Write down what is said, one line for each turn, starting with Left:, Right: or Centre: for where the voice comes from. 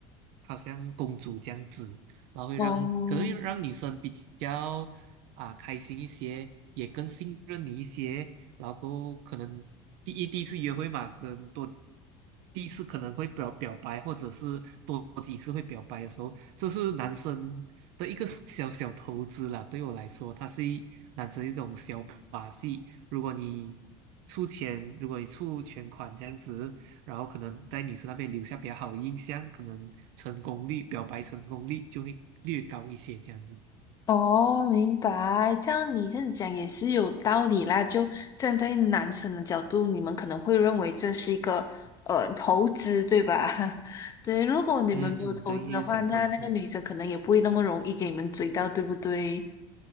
Right: 好像公主这样子，然后会让可能会让女生比较啊开心一些，
Left: 哦。
Right: 也更信任你一些，然后可能第一第一次约会嘛，可能多。第一次可能会表表白，或者是多几次会表白的时候，这是男生的一个小小投资啦，对我来说，它是一男生一种小把戏。如果你出钱，如果你出全款这样子，然后可能在女生那边留下比较好的印象，可能成功率、表白成功率就会略高一些这样子。
Left: 哦，明白。这样你这样讲也是有道理啦。就站在男生的角度，你们可能会认为这是一个呃投资，对吧？<laughs> 对，如果你们没有投资的话，
Right: 嗯嗯，对，一个小投资，
Left: 那那个女生可能也不会那么容易给你们追到，对不对？